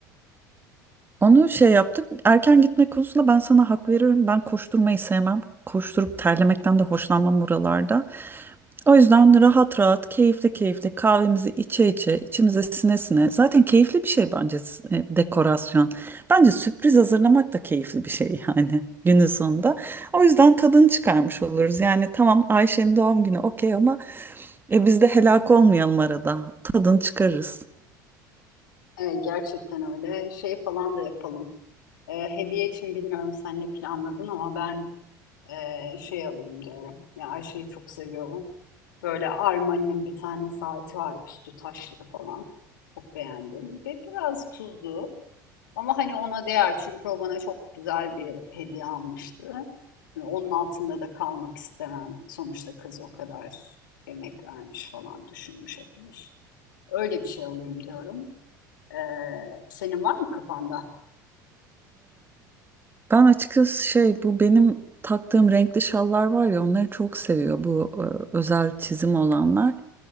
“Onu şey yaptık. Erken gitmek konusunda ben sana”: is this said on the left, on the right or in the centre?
Right